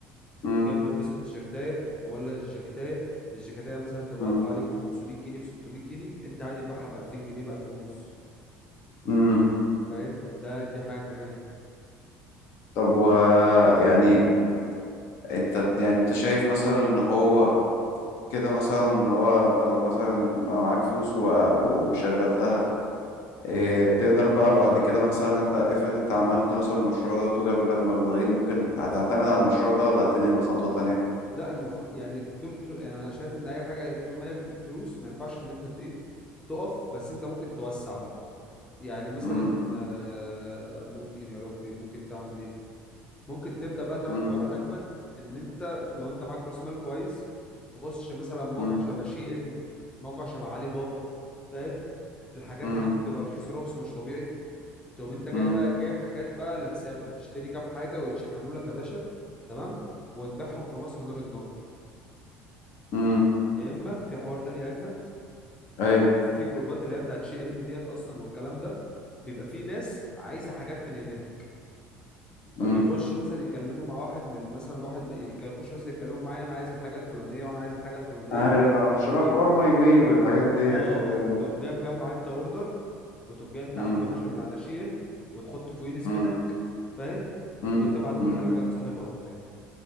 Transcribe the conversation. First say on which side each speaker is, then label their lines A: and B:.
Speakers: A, on the left (about 65°); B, on the left (about 15°).
A: امم
B: تقوم جاي ملبسه التيشيرتايه ولا الجاكيتايه الجاكيتايه مثلا تبقى
A: امم
B: واقفه عليك ب 500 جنيه ب 600 جنيه انت عادي تبيعها ب 2000 جنيه ب 1000 ونص
A: امم
B: فاهم ده دي حاجه كمان
A: طب و يعني انت يعني انت شايف مثلا ان هو كده مثلا ان هو انت لو مثلا بقى معاك فلوس و... وشغلتها إيه، تقدر بقى بعد كده مثلا انت افرض انت عملت مثلا المشروع ده وجاب لك مبلغين ممكن هتعتمد على المشروع ده ولا هتنقل لخطوة تانية
B: لا المفروض يعني طول طول يعني انا شايف ان اي حاجه طول ما هي بتجيب فلوس ما ينفعش ان انت ت- ايه تقف بس انت ممكن توسع بقى يعني مثلا
A: امم
B: آه، ممكن يا ربي ممكن تعمل ايه ممكن تبدا بقى تعمل
A: امم
B: حوار اجمد ان انت لو انت معاك راس مال كويس تخش مثلا موقع
A: امم
B: شبه شي ان موقع شبه علي بابا فاهم الحاجات
A: امم
B: هناك بتبقى رخيصه رخص مش طبيعي تقوم انت جاي
A: امم
B: بقى جايب حاجات بقى لحسابك تشتري كام حاجه ويتشحنوا لك يا باشا تمام وتبيعهم في مصر نار النار
A: امم
B: يا اما في حوار تاني اجمد بت...
A: ايوه
B: في جروبات اللي هي بتاعت شي ان ديت اصلا والكلام ده بيبقى في ناس عايزه حاجات من هناك فبيخشوا
A: امم
B: مثلا يكلموا مع واحد من مثلا واحد ما- يك- يخشوا مثلا يتكلموا معايا انا عايز الحاجه الفلانيه وانا عايز الحاجه الفلانيه
A: عارف اه، شبه
B: تقوم
A: حوار ماي واي والحاجات ديت
B: اه
A: كده يعني
B: تقوم جاي مجمع انت اوردر وتقوم جاي انت
A: امم
B: عامله يا باشا من على شي ان وتحط فوقيه نسبتك
A: امم
B: فاهم
A: امم
B: وتبعت كل
A: امم
B: حاجه لصاحبها وبتاع